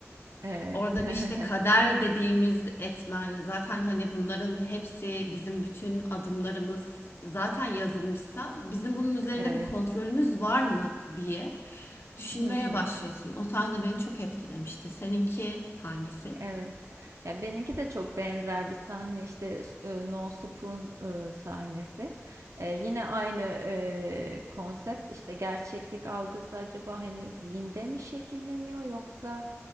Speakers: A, on the right; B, on the left.
A: Evet.
B: Orada
A: <laughs>
B: bir işte kader dediğimiz etmen zaten hani bunların hepsi bizim bütün adımlarımız zaten yazılmışsa bizim bunun üzerinde
A: Evet.
B: bir kontrolümüz var mı diye düşünmeye
A: Hı hı.
B: başlıyorsun. O sahne beni çok etkilemişti. Seninki hangisi?
A: Evet. Ya benimki de çok benzer bir sahne işte s- e, No Spoon e, sahnesi. E, yine aynı e, konsept işte gerçeklik algısı acaba hani zihinde mi şekilleniyor yoksa